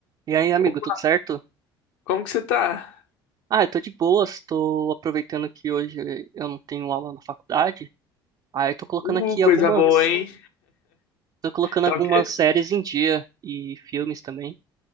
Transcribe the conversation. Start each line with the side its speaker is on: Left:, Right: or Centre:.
Right: E aí, amigo,
Left: Opa,
Right: tudo certo?
Left: como que você tá?
Right: Ah, eu tô de boas, tô aproveitando que hoje eu não tenho aula na faculdade. Aí tô colocando
Left: Uh,
Right: aqui
Left: coisa
Right: algumas,
Left: boa, hein?
Right: tô colocando
Left: Tá
Right: algumas
Left: o quê?
Right: séries em dia e filmes também.